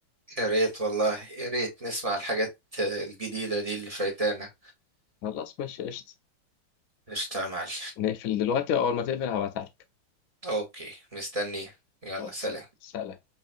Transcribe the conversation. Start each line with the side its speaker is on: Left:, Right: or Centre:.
Right: يا ريت والله يا ريت نسمع الحاجات الجديدة دي اللي فايتانا
Left: خلاص ماشي قشطه
Right: قشطة يا معلم
Left: نقفل دلوقتي واول ما تقفل هبعتها لك
Right: اوكي مستنيه يلا
Left: خلاص
Right: سلام
Left: سلام